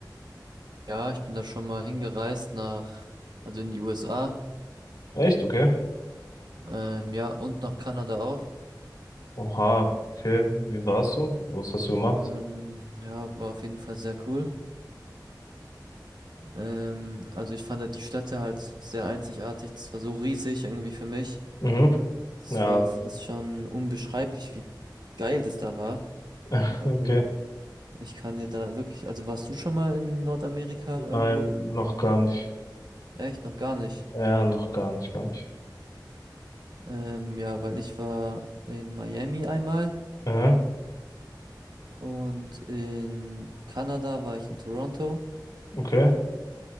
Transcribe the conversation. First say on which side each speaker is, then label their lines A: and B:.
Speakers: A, on the right (about 65°); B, on the left (about 55°).
A: Ja, ich bin da schon mal hingereist nach, also in die USA,
B: Echt? Okay.
A: ähm, ja, und nach Kanada auch.
B: Oha, okay. Wie warst du? Was hast du gemacht?
A: Ähm, ja, war auf jeden Fall sehr cool. Ähm, also ich fand halt die Städte halt sehr einzigartig. Das war so riesig irgendwie für mich.
B: Mhm.
A: Das
B: Ja,
A: war fast schon unbeschreiblich, wie geil das da war.
B: <laughs>
A: Also
B: okay.
A: ich kann dir da wirklich, also warst du schon mal in Nordamerika irgendwo?
B: Nein, noch gar nicht.
A: Echt, noch gar nicht.
B: Ja, noch gar nicht, gar nicht.
A: Ähm, ja, weil ich war in Miami einmal.
B: Mhm.
A: Und in Kanada war ich in Toronto.
B: Okay.